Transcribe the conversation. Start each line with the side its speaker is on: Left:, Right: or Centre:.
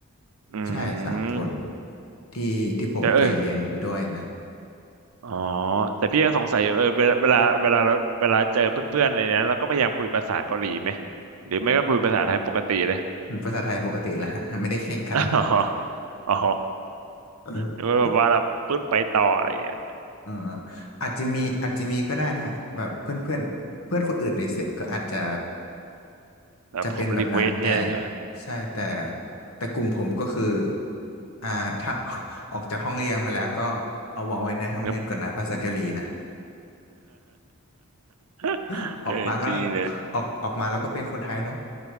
Right: อืม
Left: ใช่สามคนที่ที่ผมเคยเรียนด้วยนะ
Right: แต่เอออ๋อแต่พี่ยังสงสัยอยู่เออเวลาเวลาเวลาเราเวลาเจอเพื่อนๆอะไรเนี้ยเราก็พยายามคุยภาษาเกาหลีไหมหรือไม่ก็คุยภาษาไทยปกติเลย
Left: ภาษาไทยปกติแล้วฮะไม่ได้เข่งขนาดนั้น
Right: <laughs> อ๋ออ๋อ
Left: <laughs>
Right: หรือว่าแบบว่าเราปึ๊ดไปต่ออะไรอย่างเงี้ย
Left: เอออาจจะมีอาจจะมีก็ได้นะฮะแบบเพื่อนเพื่อนเพื่อนคนอื่นในเซกก็อาจจะ
Right: แบบรีเควสเนี่ยใช่ไหม
Left: จะเป็นแบบนั้นแต่ใช่แต่แต่กลุ่มผมก็คืออ่าถ้า <laughs> ออกจากห้องเรียนมาแล้วก็เอาวางไว้ในห้องเรียนก่อนนะภาษาเกาหลีนะ
Right: ครับ <laughs>
Left: <laughs>
Right: เออจริงเลย
Left: ออกมาก็ออกออกมาแล้วก็เป็นคนไทยเนาะ